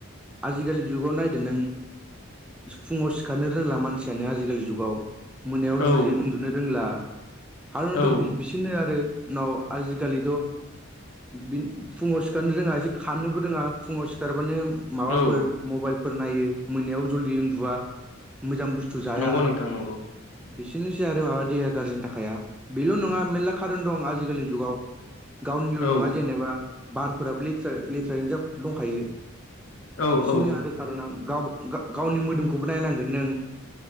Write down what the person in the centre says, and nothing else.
आजिखालि जुगाव नायदो नों फुङाव सिखारनो रोंला मानसियानो आजिखालि जुगाव मोनायाव
जल्दि उन्दुनो रोंला। खार'नाथ'
बि-बिसोरनो आरो नाव आजिखालिथ' बिन फुङाव सिखारनो रोङा एसे खारनोबो रोङा फुङाव सिखारबानो माबाफोर
मबाइलफोर नायो मोननायाव जलदि उन्दुवा मोजां बुस्थ थु जाया
बिसोरनोसै आरो माबा देहा गारजि थाखाया। बेल' नङा मेरला खारन दं आजिखालिनि जुगाव गावनिल'
नङा जेनेबा बारफोराबो लेथ्रा <unintelligible> दंखायो
बिसोरनो
आरो खारनां गाव-गा-गावनि मोदोमखौबो नायनांगोन नों